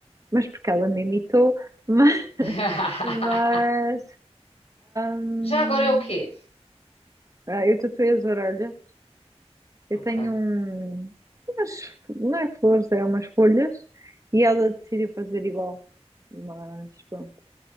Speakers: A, on the right (about 30°); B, on the left (about 65°).
A: mas porque ela me imitou, mas, <laughs>
B: <laughs>
A: mas hum,
B: Já agora é o quê?
A: ah, eu tatuei as orelhas. Eu
B: Ok.
A: tenho um, umas, não é flores, é umas folhas, e ela decidiu fazer igual, mas pronto,